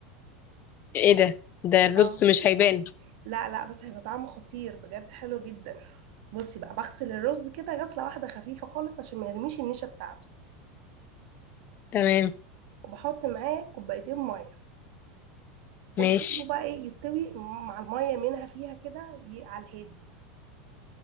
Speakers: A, on the left; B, on the right.
A: ايه إيه ده ده الرز
B: اه
A: مش هيبان
B: لا لا بس هيبقى طعمه خطير بجد حلو جدا بصي بقى بغسل الرز كده غسله واحده خفيفه خالص عشان ما يرميش النشا بتاعته
A: تمام
B: وبحط معاه كوبايتين ميه واسيبه
A: ماشي
B: بقى ايه يستوي مع الميه منها فيها كده ي- على الهادي